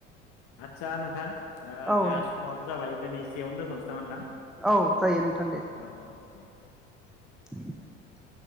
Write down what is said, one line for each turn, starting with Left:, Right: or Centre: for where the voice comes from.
Left: आदसा नोंथां ओ
Centre: औ
Left: जोंहा
Centre: नोंथां
Left: समाबो जाबाय दिनै एसेयावनो दोनथ'नोसै नामा नोंथां
Centre: औ जायो नोंथां दे
Left: औ औ दे
Centre: <inaudible>